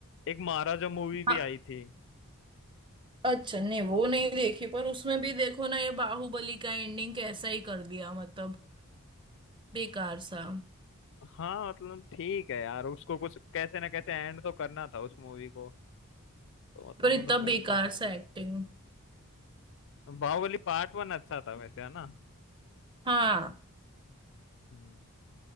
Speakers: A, on the left (about 60°); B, on the right (about 20°).
A: एक महाराजा मूवी भी
B: हाँ,
A: आई थी
B: अच्छा नहीं वो नहीं देखी पर उसमें भी देखो ना ये बाहुबली का एंडिंग कैसा ही कर दिया मतलब बेकार सा
A: हाँ मतलब ठीक है यार उसको कुछ कैसे ना कैसे एंड तो करना था उस मूवी को तो मतलब
B: पर इतना
A: उन्होंने
B: बेकार
A: वो दिखा
B: सा
A: दिया
B: एक्टिंग
A: बाहुबली पार्ट वन अच्छा था वैसे है ना
B: हाँ
A: हम्म।